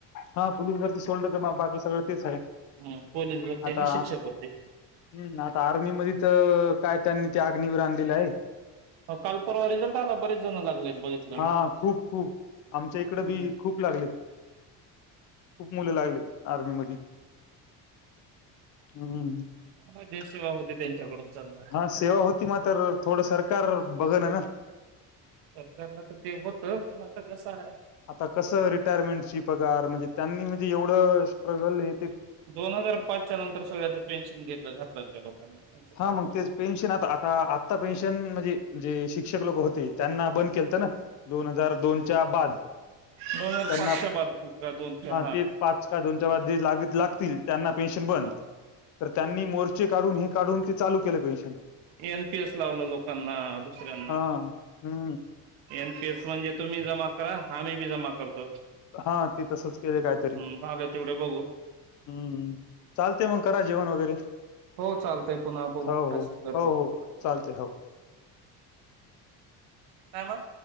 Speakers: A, on the left; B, on the right.
A: हा पोलीस भरती सोडलं तर मग बाकी सगळं तेच आहे.
B: हम्म पोलीस भरती
A: आता
B: आणि शिक्षक भरती.
A: हम्म आता आर्मी मध्ये तर काय त्यांनी ते अग्निवर आणलेलं आहे.
B: अ काल परवा रिझल्ट आला बरेच जण लागलेत बघितलं
A: हा
B: मी
A: खूप खूप आमच्या इकडं
B: हम्म
A: बी खूप लागलेत, खूप मुलं लागली. आर्मी मध्ये हम्म.
B: हम्म देशसेवा होते त्यांच्याकडून. चांगला आहे.
A: हा सेवा होती मातर थोडं सरकार बघ ना ना.
B: सरकारला ते होतं पण आता कसं आहे.
A: आता कसं रिटायरमेंटची पगार म्हणजे त्यांनी म्हणजे एवढं स्ट्रगलय.
B: दोन हजार पाचच्या नंतर सगळ्याचं पेन्शन गेलं <unintelligible> <inaudible>
A: हा मग
B: करा
A: तेच पेन्शन आता आता आत्ता पेन्शन म्हणजेे जे शिक्षक लोकं होती. त्यांना बंद केलतं ना दोन हजार दोनच्या बाद
B: दोन हजार
A: त्यांना
B: पाचच्या बाद का दोनच्या
A: हा तेच पाच का दोनच्या बाद लागतील त्यांना पेन्शन बंद
B: हा
A: तर त्यांनी मोर्चे काढून हे. काढून ते चालू केलं पेन्शन
B: एनपीएस लावला लोकांना दुसऱ्यांना
A: हा हम्म
B: एनपीएस म्हणजे तुम्ही जमा करा आम्ही बी जमा करतो.
A: हा ते तसंच केले कायतरी
B: हम्म झालं तेवढे बघू
A: हम्म चालते मग करा जेवण वगैरे.
B: हो चालतंय पुन्हा बघू
A: हो, हो.
B: मेसेज करतो
A: हो,
B: तुम्हाला
A: हो.
B: हो.
A: चालते
B: काय म